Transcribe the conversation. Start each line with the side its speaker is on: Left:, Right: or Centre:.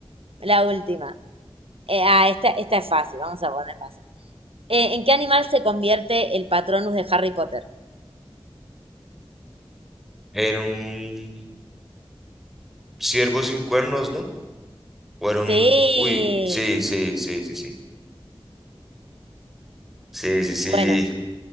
Right: la última. Eh, ah, esta, esta es fácil, vamos a poner fácil. Eh, ¿en qué animal se convierte el Patronus de Harry Potter?
Centre: En un Siervos sin cuernos, ¿no? Fueron,
Right: Sí.
Centre: uy, sí, sí, sí, sí, sí, sí, sí, sí.
Right: Bueno,